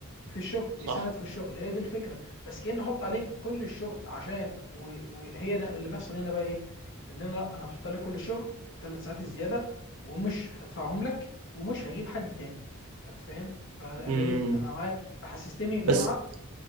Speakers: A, on the left; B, on the right.
A: في الشغل
B: صح
A: ويساند في الشغل هي دي الفكره بس كأن احط عليك كل الشغل عشان و- وهي أنا- اللي بيحصل هنا بقى ايه ان انا انا بحط عليك كل الشغل الثلاث ساعات الزياده ومش هدفعهم لك ومش هجيب حد تاني انت فاهم فانا
B: امم
A: ليه انا معايا حسستني ان
B: بس
A: انا عبد